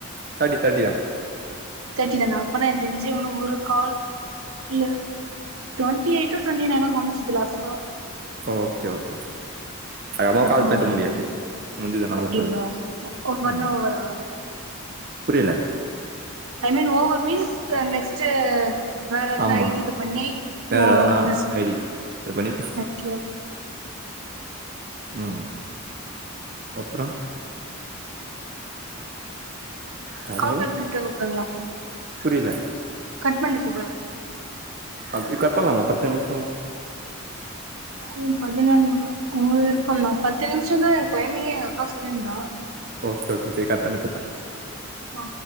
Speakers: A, on the right (about 45°); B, on the right (about 70°).
A: தேர்ட்டி தேர்ட்டி தா
B: தேட்டி தானா அப்பனா எனக்கு தெரிஞ்சி ஊனு ஒரு கால் இல்ல டுவென்டி எயிட்ட டுவென்டி நைன்னோ காமிச்சது லாஸ்ட்டா
A: ஓகே ஓகே அம்மா
B: எப்ப
A: கால்
B: முடியும்னு
A: பேச முடியாது
B: தெரில
A: முடிஞ்சதுனா
B: அப்படிங்களா
A: முப்பது
B: ஓவர்னா
A: ஆமா
B: ஓவரா
A: புரியல
B: I mean over means next வேற எதுன்னா
A: ஆமா
B: ஐ டி இது பண்ணி
A: வேற
B: ஓ
A: எதனா
B: ச
A: ஐடி இது பண்ணி
B: தாங்க்யூ
A: உம் அப்றோ ஹலோ
B: கால் கட் பண்ணிட்டு கூப்டுங்களே
A: புரியல
B: கட் பண்ணிட்டு கூப்டுங்க
A: அப்படி கட் பண்ணலாமா பத்து நிமிஷ
B: ம் பதினொன்னு உங்க விருப்பந்தா பத்து நிமிஷந்தா டைமிங்கே எங்கக்கா சொல்லிருந்தா
A: ஓகே ஓகே சரி கட் பண்ணிட்டு கூப்பிட்றே
B: ஆ